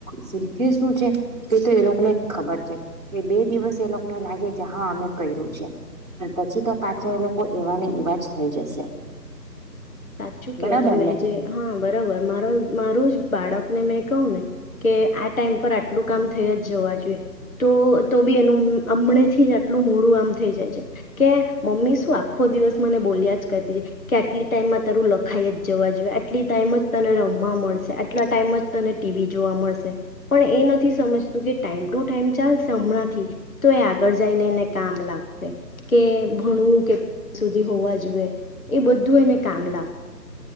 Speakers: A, on the right; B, on the left.
A: શીખ્યું શું છે એ તો એ લોકોને જ ખબર છે એ બે દિવસ એ લોકોને લાગે કે હા અમે કર્યું છે પણ પછી તો પાછળ લોકો એવાને એવા જ થઈ જશે
B: સાચું
A: બરાબર
B: કેવું તમે
A: ને
B: જે હા બરાબર મારો મારું જ બાળકને મેં કહું ને કે આ ટાઈમ પર આટલું કામ થઈ જ જવા જોઈએ તો તો બી એનું હમણે થી જ આટલું મોડું આમ થઈ જાય છે કે મમ્મી શું આખો દિવસ મને બોલ્યા જ કરતી છે કેટલી ટાઈમમાં તારું લખાઈ જવા જોઈએ આટલી ટાઈમ જ તને રમવા મળશે આટલા ટાઈમ જ તને ટીવી જોવા મળશે પણ એ નથી સમજતું કે ટાઈમ ટુ ટાઈમ ચાલશે હમણાંથી તો એ આગળ જઈને એને કામ લાગશે કે ભણું કે સુધી હોવા જોઈએ એ બધું એને કામ લાગ